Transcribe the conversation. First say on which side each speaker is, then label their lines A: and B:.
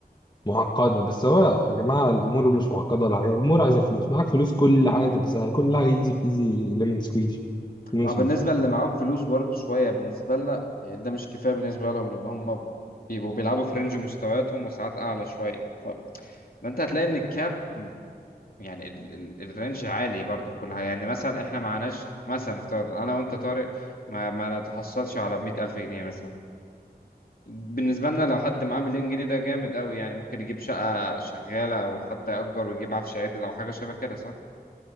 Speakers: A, on the left; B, on the left.
A: معقدة بس هو يا جماعة الأمور مش معقدة ولا حاجة الأمور عايزة فلوس معاك فلوس كل حاجة تبقى سهلة كل حاجة إيزي بيزي ليمون سكويجي ليمون
B: ما
A: سكويجي
B: هو بالنسبة اللي معاهم فلوس برضو شوية بالنسبة لنا يعني ده مش كفاية بالنسبة لهم لأن هم بيبقوا بيلعبوا في رينج مستوياتهم وساعات أعلى شوية ف... فأنت هتلاقي إن الكاب يعني ال... ال... الرينج عالي برضو في كل حاجة يعني مثلا إحنا معناش مثلا افترض أنا وأنت طارق ما, ما نتحصلش على 100000 جنيه مثلا بالنسبة لنا لو حد معاه مليون جنيه ده جامد قوي يعني ممكن يجيب شقة شغالة أو حتى يأجر ويجيب عفش عادل أو حاجة شبه كده صح؟